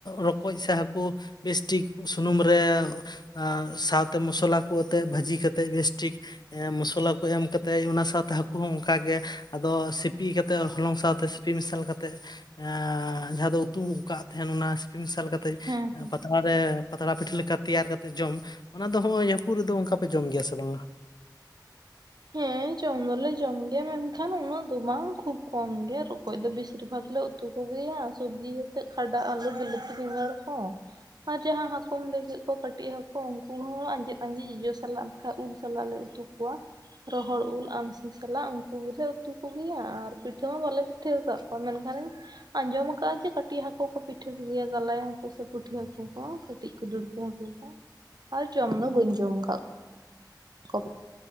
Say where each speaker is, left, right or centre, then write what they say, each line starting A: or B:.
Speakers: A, on the left (about 65°); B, on the right (about 60°).
A: ᱨᱚᱠᱚᱡ ᱥᱮ ᱦᱟᱹᱠᱩ ᱵᱮᱥ ᱴᱷᱤᱠ ᱥᱩᱱᱩᱢ ᱨᱮ ᱼᱼ ᱟᱨ ᱥᱟᱶᱛᱮ ᱢᱚᱥᱞᱟ ᱠᱚ ᱟᱛᱮᱫ ᱵᱷᱟᱹᱡᱤ ᱠᱟᱛᱮᱫ ᱵᱮᱥ ᱴᱷᱤᱠ ᱼᱼ ᱢᱚᱥᱞᱟ ᱠᱚ ᱮᱢ ᱠᱟᱛᱮᱜ ᱚᱱᱟ ᱥᱟᱶᱛᱮ ᱼᱼ ᱦᱟᱹᱠᱩ ᱦᱚᱸ ᱚᱱᱠᱟ ᱜᱮ ᱟᱫᱚ ᱥᱤᱯᱤ ᱠᱟᱛᱮᱫ ᱦᱚᱞᱚᱝ ᱥᱟᱶᱛᱮ ᱥᱤᱯᱤ ᱢᱮᱥᱟᱞ ᱠᱟᱛᱮᱫ ᱼᱼ ᱮᱸᱻ ᱡᱟᱦᱟᱸ ᱫᱚ ᱩᱛᱩᱣ ᱠᱟᱜ ᱛᱟᱦᱮᱱ ᱚᱱᱟ ᱥᱤᱯᱤ ᱢᱮᱥᱟᱞ ᱠᱟᱛᱮ
B: ᱦᱮᱸ ᱦᱮᱸ
A: ᱯᱟᱛᱼᱼ ᱨᱮ ᱯᱟᱛᱲᱟ ᱯᱤᱴᱷᱟᱹ ᱞᱮᱠᱟ ᱛᱮᱭᱟᱨ ᱠᱟᱛᱮᱫ ᱡᱚᱢ, ᱚᱱᱟ ᱫᱚ ᱦᱚᱸᱜᱼᱚᱭ ᱡᱟᱹᱯᱩᱫ ᱨᱮᱫᱚ ᱚᱱᱠᱟ ᱯᱮ ᱡᱚᱢ ᱜᱮᱭᱟ ᱥᱮ ᱵᱟᱝᱟ?
B: ᱦᱮᱸ ᱡᱚᱢ ᱫᱚᱞᱮ ᱡᱚᱢ ᱜᱮᱭᱟ ᱢᱮᱱᱠᱷᱟᱱ ᱩᱱᱟᱹᱜ ᱫᱚ ᱵᱟᱝ ᱠᱷᱩᱵ ᱠᱚᱢ ᱜᱮ ᱨᱚᱠᱚᱡ ᱫᱚ ᱵᱮᱥᱤᱨ ᱵᱷᱟᱜᱽ ᱞᱮ ᱼᱼ ᱩᱛᱩ ᱠᱚ ᱜᱮᱭᱟ ᱥᱚᱵᱽᱡᱤ ᱟᱛᱮᱜ ᱠᱷᱟᱰᱟ ᱟᱹᱞᱩ ᱵᱤᱞᱟᱹᱛᱤ ᱵᱮᱸᱜᱟᱲ ᱠᱚ ᱾ ᱟᱨ ᱡᱟᱦᱟᱸ ᱦᱟᱠᱩᱢ ᱞᱟᱹᱭ ᱠᱮᱫ ᱠᱚ ᱠᱟᱹᱴᱤᱡ ᱦᱟᱠᱩ ᱩᱝᱠᱩ ᱦᱚᱸ ᱟᱸᱡᱮᱫ ᱟᱸᱡᱮᱫ ᱡᱚᱡᱚ ᱥᱟᱞᱟᱜ ᱠᱷᱟᱡ ᱩᱞ ᱥᱟᱞᱟᱜ ᱞᱮ ᱩᱛᱩ ᱠᱚᱣᱟ᱾ ᱨᱚᱦᱚᱲ ᱩᱞ ᱟᱢᱥᱤ ᱥᱟᱞᱟᱜ ᱩᱝᱠᱩ ᱜᱮᱞᱮ ᱩᱛᱩ ᱠᱚᱜᱮᱭᱟ ᱟᱨ ᱯᱤᱴᱷᱟᱹ ᱢᱟ ᱵᱟᱞᱮ ᱯᱤᱴᱷᱟᱹᱣ ᱠᱟᱫ ᱠᱚᱣᱟ ᱢᱮᱱᱠᱷᱟᱱ ᱟᱸᱡᱚᱢ ᱟᱠᱟᱜ-ᱟᱹᱧ ᱡᱮ ᱠᱟᱹᱴᱤᱡ ᱦᱟᱹᱠᱩ ᱠᱚ ᱯᱤᱴᱷᱟᱹ ᱠᱚᱜᱮᱭᱟ ᱜᱟᱞᱟᱭ ᱦᱟᱹᱠᱩ ᱥᱮ ᱯᱩᱴᱷᱤ ᱦᱟᱹᱠᱩ ᱠᱚ ᱠᱟᱹᱴᱤᱡ ᱠᱚ ᱫᱟᱹᱲ ᱦᱟᱹᱠᱩ ᱠᱚ ᱟᱨ ᱡᱚᱢ ᱫᱚ ᱵᱟᱹᱧ ᱡᱚᱢ ᱠᱟᱫ ᱠᱚᱣᱟ᱾ ᱠᱚ